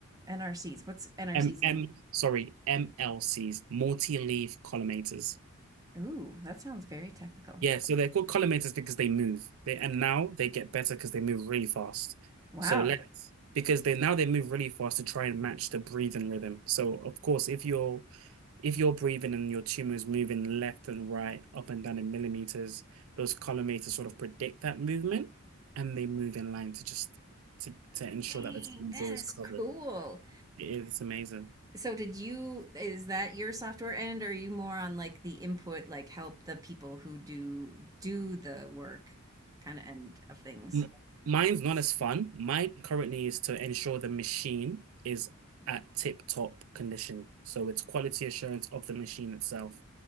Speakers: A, on the right; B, on the right.
A: NRCs. What's NRC
B: M
A: stand?
B: M sorry, MLCs, multi-leaf collimators.
A: Ooh, that sounds very technical.
B: Yeah, so they're called collimators because they move. They and now they get better because they move really fast.
A: Wow.
B: So let's because they now they move really fast to try and match the breathing rhythm. So of course, if you're if you're breathing and your tumor is moving left and right, up and down in millimeters, those collimators sort of predict that movement and they move in line to just to, to ensure
A: Dang,
B: that the tumor is
A: that
B: always
A: is
B: covered.
A: cool.
B: It is amazing.
A: So did you is that your software end or are you more on like the input, like help the people who do do the work kind of end of things?
B: M- Mine's not as fun. Mine currently is to ensure the machine is at tip-top condition. So it's quality assurance of the machine itself.